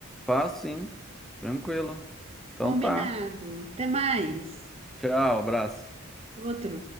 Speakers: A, in the centre; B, on the right (about 25°).
A: fácil, sim. Tranquilo. Então
B: Combinado.
A: tá.
B: Até mais.
A: Tchau, abraço.
B: Outro.